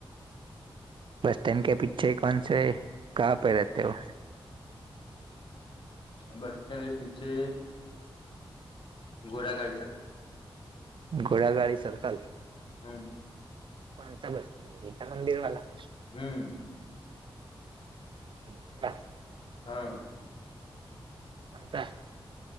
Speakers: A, on the right (about 60°); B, on the left (about 60°).
A: બસ સ્ટેન્ડ કે પીછે કોનસે ક પે રહેતે હો
B: બસ સ્ટેન્ડ પીછે ઘોડા ગાાઈસારખ
A: ઘોડાગાડી સરકલ
B: હમ્મ
A: કોણસા બસતી ગીતા મંદિર વાલા
B: હમ્મ
A: <inaudible>
B: હા
A: કોતા <unintelligible>